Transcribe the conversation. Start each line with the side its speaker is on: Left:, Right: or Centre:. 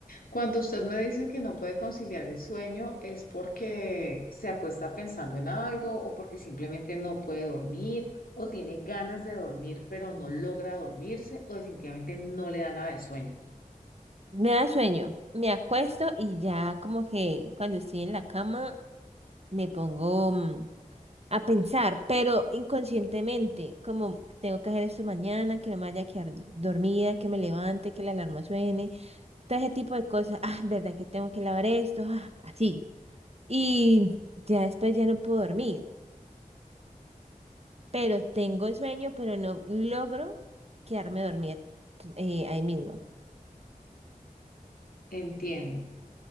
Left: Cuando usted me dice que no puede conciliar el sueño, ¿es porque se acuesta pensando en algo o porque simplemente no puede dormir o tiene ganas de dormir pero no logra dormirse o definitivamente no le da nada de sueño?
Right: Me da sueño, me acuesto y ya como que cuando estoy en la cama me pongo mm, a pensar, pero inconscientemente, como tengo que hacer esto mañana, que no me vaya a quedar d- dormida, que me levante, que la alarma suene. todo ese tipo de cosas. Ah, verdad que tengo que lavar esto, ah, así. Y ya después ya no puedo dormir, pero tengo sueño, pero no logro quedarme dormida eh, ahí mismo.
Left: Entiendo.